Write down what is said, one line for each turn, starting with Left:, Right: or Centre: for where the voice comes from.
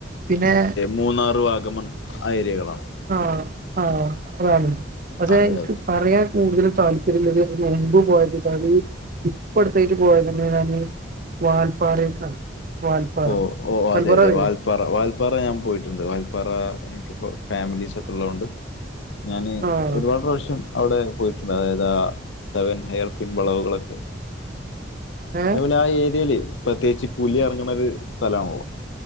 Right: പിന്നെ
Left: മൂന്നാറ് വാഗമൺ ആ ഏരിയകളാണോ
Right: ആഹ് ആഹ് അതാണ് പക്ഷെ
Left: അതെ
Right: ഇൻക്ക്
Left: അതെ
Right: പറയാൻ കൂടുതലും താല്പര്യമിള്ളത് മുമ്പ് പോയത് ഇതാണ് ഇപ്പട്ത്തായ്ട്ട് പോയത് ഞാന് വാൽപ്പാറേക്കാണ് വാൽപ്പാറ
Left: ഓഹ് ഓഹ്
Right: വാൽപ്പാറ
Left: അതെ അതെ
Right: അറിയോ
Left: വാൽ പ്പാറ വാൽപ്പാറ ഞാൻ പോയിട്ടുണ്ട് വാൽപ്പാറ എനിക്ക്പ്പം ഫാമിലീസൊക്കെ ഉള്ളകൊണ്ട് ഞാന്
Right: ആഹ്
Left: ഒരുപാട് പ്രാവശ്യം അവിടെ പോയിട്ടുണ്ട് അതായത് ആ സെവൻ ഹെയ പിൻ വളവുകളക്കെ
Right: ഏഹ്
Left: അതുപോലെ ആ ഏരിയേല് പ്രത്യേകിച്ച് പുലി എറ ങ്ങണൊരു സ്ഥലാണല്ലൊ